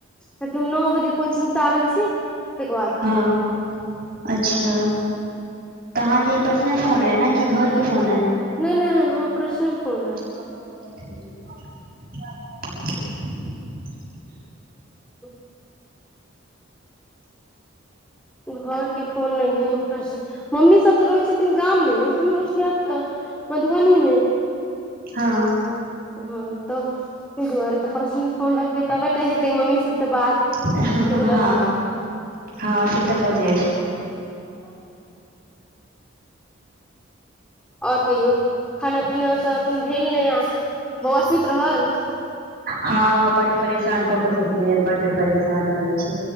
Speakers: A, in the centre; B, on the right.
A: ताकि हम नओ बजे कोचिंग स आबै छी तैके बाद।
B: हऽ <inaudible> अच्छा। तऽ अहाँकेँ ई पर्सनल फोन ऐ न की घर कऽ फोन ऐ।
A: नै नै हमर पर्सनल फोन ऐ।
B: <unintelligible>
A: <unintelligible>
B: <unintelligible>
A: ई घर केँ फोन नै है। <unintelligible> मम्मी सब जे रहैत छथिन गाम में न हम रहैय छियै एतऽ मधुबनी में।
B: हँ
A: हँ तऽ तैय दुआरे तऽ पर्सनल फोन रखबै तबे तऽ हेतै मम्मी सभ स बात।
B: <unintelligible>
A: से वला बात
B: हँ तऽ भऽजाइ
A: <unintelligible> और कहियो खाना पीना तऽ एखन भेल नै आ बौआ सुइत रहल।
B: हँ बड़ परेशान कऽ सुतलैया बड परेशान करै छैय।